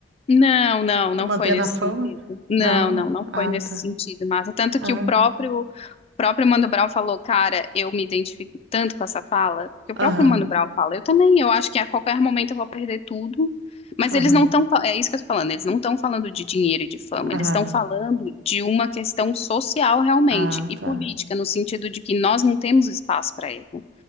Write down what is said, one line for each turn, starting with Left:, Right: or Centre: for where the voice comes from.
Left: Não, não, não
Right: E manter
Left: foi nesse
Right: na fama?
Left: sentido. Não,
Right: Não.
Left: não, não
Right: Ah,
Left: foi nesse
Right: tá.
Left: sentido, Marta. Tanto
Right: Ah,
Left: que o próprio próprio Mano Brown falou, cara, eu me identifico tanto com essa fala, porque o
Right: aham,
Left: próprio Mano Brown fala, eu também, eu acho que a qualquer momento eu vou perder tudo, mas
Right: aham,
Left: eles não estão, é isso que eu tô falando, eles não estão falando de dinheiro e de fama,
Right: aham,
Left: eles estão falando de uma questão social realmente
Right: ah,
Left: e
Right: tá.
Left: política, no sentido de que nós não temos espaço para erro.